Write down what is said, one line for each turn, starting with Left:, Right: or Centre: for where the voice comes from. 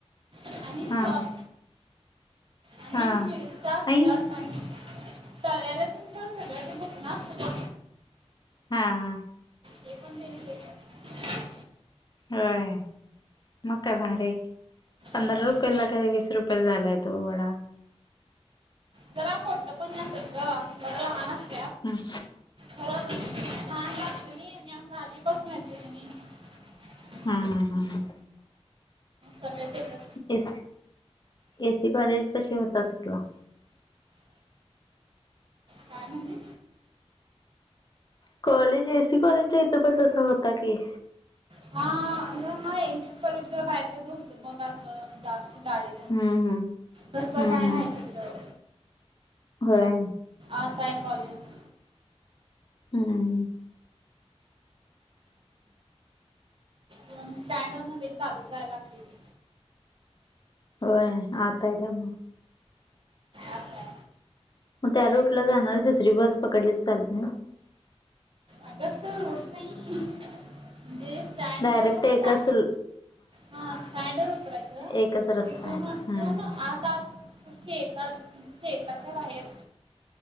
Right: आणि
Left: हा
Right: सॉस आणि
Left: हा
Right: मिरच्या असत्यात.
Left: आई
Right: आणि तळलेलं तुमच्या सगळ भुकना असतो.
Left: हा हा!
Right: हे पण तेनी का <unintelligible>
Left: होय मग काय भारी, पंधरा
Right: होय.
Left: रुपयला काये वीस रुपयाला झालायेत. तो वडा.
Right: जरा मोठ पण नस ग जरा लहान अस <unintelligible>
Left: हं!
Right: खरंच छान लागत ना आणिं आधी बसून येत त <unintelligible>
Left: हं हं हं हं!
Right: सगळे तिकडं.
Left: एस एसी कॉलेज पशी होता <unintelligible> ला
Right: काय म्हणे.
Left: कॉलेज, एसी कॉलेज च्या इथं पण तसा होता की.
Right: हा हा अग आहे एसी कॉलेजच्या बाहेर कसं होतं, मग असं जास्त. गाडी
Left: हम्म
Right: तस काय
Left: हम्म हम्म
Right: माहिती तर.
Left: होय!
Right: आताय कॉलेज.
Left: हूं!
Right: पण स्टॅड वरन लई चालत जायाल लागत.
Left: होय आता येत्या मं.
Right: आता
Left: म त्या रूट ला जाणारी दुसरी बस पकडलीत चालत नाही?
Right: अग तो रूट नाही म्हणजे? स्टँड
Left: डायरेक्ट
Right: वरून आता,
Left: एकच
Right: हा स्टँडवर उतरायचं
Left: एकच रस्ता
Right: तीथून
Left: आहे
Right: तिथून
Left: हम्म
Right: आता शेतात शेताच्या बाहेर